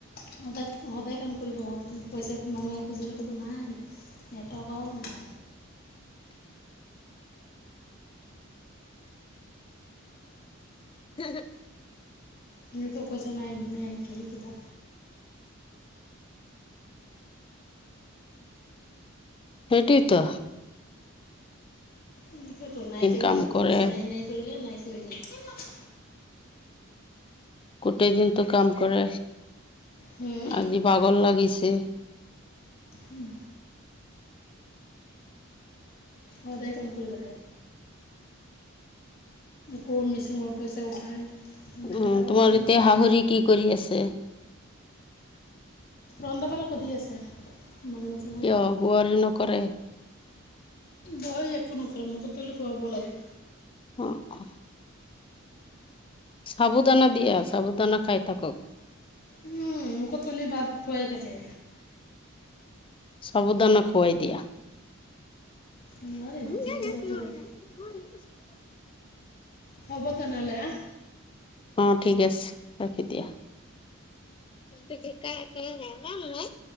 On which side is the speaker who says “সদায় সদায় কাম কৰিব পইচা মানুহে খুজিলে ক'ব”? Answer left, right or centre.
Left